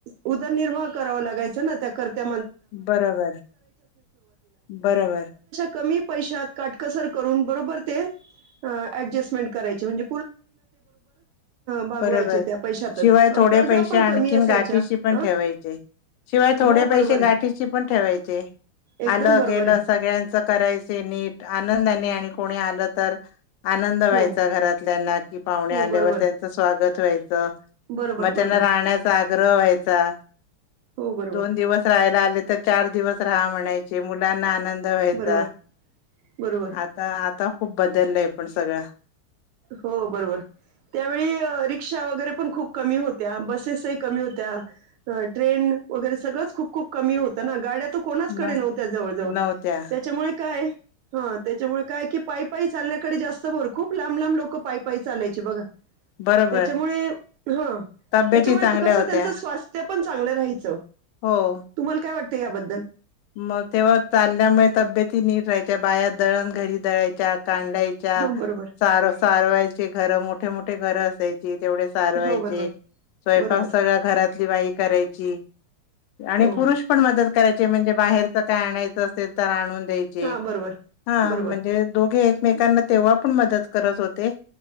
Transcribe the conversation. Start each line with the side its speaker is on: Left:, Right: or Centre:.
Right: उदरनिर्वाह करावा लागायचं ना त्याकर क
Left: बरोबर बरोबर
Right: क पैशात काटकसर करून बरोबर ते अऍडजस्टमेंट करायची म्हणज भागवायचे
Left: बरोबर
Right: त्या पैशातच
Left: शिवाय
Right: अ,
Left: थोडे
Right: गरजा
Left: पैसे
Right: पण
Left: आणखीन
Right: कमी असायच्या
Left: गाठीशी पण
Right: अ,
Left: ठेवायचे शिवाय थोडे
Right: हो बरोबर
Left: पैसे गाठीशी
Right: आहे
Left: पण ठेवायचे
Right: एकदम
Left: आलं
Right: बरोबर
Left: गेलं
Right: आहे
Left: सगळ्यांच करायचे नीट आनंद नी आणि कोणी आलं तर आनंद व्हायचा
Right: हो
Left: घरात क पाह
Right: हो
Left: आल्यावर
Right: बरोबर
Left: त्यां गत व्हायचं
Right: बरोबर
Left: मतना
Right: बरोबर
Left: राहण्याचा आग्रह व्हायचा
Right: हो बरोबर
Left: दोन दिवस राहायला आले तर चार दिवस राहा म्हणाय मुलांना आनंद व्हायचा,
Right: बरोबर बरोबर
Left: आता आता खूप बदलय पण. <unintelligible>
Right: हो बरोबर, त्यावेळी परिक्षा वगैरे पण खूप कमी होत्या, बसेसही कमी होत्या. ट्रेन वगैरे सगळंच खूप खूप कमी होत ना गाड्या कोणाचकडे
Left: मग
Right: नव्हत्या जवळ जवळ
Left: नव्हत्या
Right: त्याच्यामुळे काय ह त्याच्यामुळे, काय कि पाई पाई चालण्याडे जास्त भर खूप ला म लाम लोक पाई पाई चालायचे बघा
Left: बरोबर
Right: त्याच्यामुळे ह
Left: तब्येती
Right: त्याच्यामुळे
Left: चांगल्या
Right: <unintelligible> कस
Left: होत्या
Right: त्यांच स्स् ते पण चांगलं राहायचं.
Left: हो
Right: तुम्हाला काय वाटत? ते याबद्दल.
Left: मग तेव्हा चालण्यामुळे तब्येती नीट राहायच्या. बाया दळण घरी दळायच्या. कांडायच्या
Right: हं, बरोबर.
Left: सार सारवायचे घर मोठे मोठे. ते घर असायच. ते तेवढ सारवायचे,
Right: हो, बरोबर.
Left: स्वयपाक
Right: बरोबर.
Left: सगळ घरातली बाई करायची आणि
Right: हो.
Left: पुरुष पण मदत करायचे म्हणजे बाहेरच काय आणायचं असेल तर आणून दयायचे.
Right: हां, बरोबर.
Left: हा
Right: बरोबर.
Left: म्हणजे दोघे मेकांना तेव्हा पण मदत करत होते.